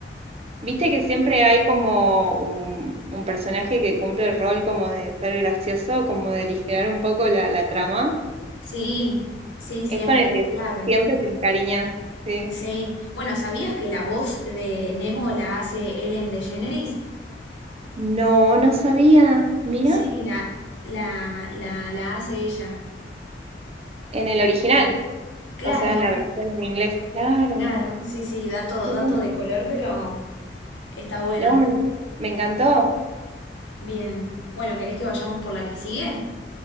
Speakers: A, on the right; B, on the left.
A: Viste que siempre hay como un, un personaje que cumple el rol como de ser gracioso, como de aligerar un poco la, la trama.
B: Sí. Sí, siempre
A: Es con el que
B: es clave.
A: siempre te encariñas, sí.
B: Sí. Bueno, ¿sabías que la voz de Nemo la hace Ellen DeGeneres?
A: No, no sabía. Mira,
B: Sí, la, la, la, la hace ella.
A: en el original,
B: Claro,
A: o sea, en la versión en inglés. Claro.
B: claro. Sí, sí, dato,
A: qué loco.
B: dato de color, pero está bueno.
A: No, me, me encantó.
B: Bien. Bueno, ¿querés que vayamos por la que sigue?